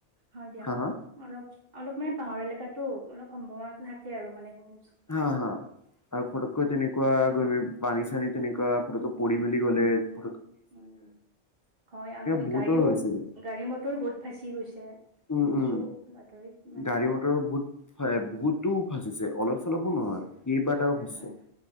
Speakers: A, on the right; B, on the left.
A: হয় দিয়া
B: হা হা?
A: অলপ অলপ মানে পাহাৰ এলেকাতো অলপ, সম্ভাৱনাটো থাকে আৰু মানে ভমি
B: হা হা আৰু ফটকৈ তেনে পোৰা গৈ পানী চানী তেনেকুৱা ফতককৈ পৰি মেলি গ'লে ফ
A: উম, হয় আৰু মানে
B: বহুতৰ
A: গাড়ীও
B: হৈছিলে
A: গাড়ী মটৰো ব ফাঁচি গৈছে
B: উম
A: দেখিছো
B: উম
A: বাতৰিত মানে,
B: গাড়ী বহুত বহুতো ভাজিছে, অলপ চলপো
A: ফাঁচিছে
B: নহয় কেইবাৰটাও
A: হয়
B: ভাজিছে
A: হয়